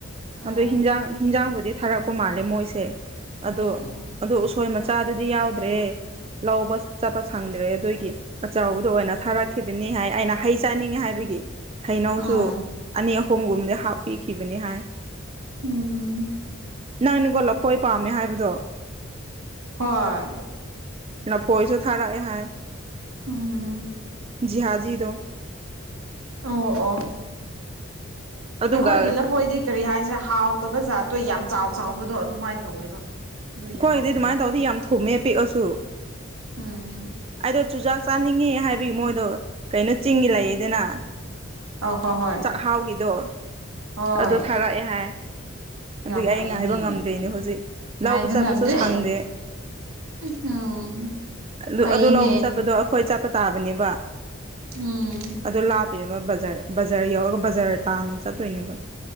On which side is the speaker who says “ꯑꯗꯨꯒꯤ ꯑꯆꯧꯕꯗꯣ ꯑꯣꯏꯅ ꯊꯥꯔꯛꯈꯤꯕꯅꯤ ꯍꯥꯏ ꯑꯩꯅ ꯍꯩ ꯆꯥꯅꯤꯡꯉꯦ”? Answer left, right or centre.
Right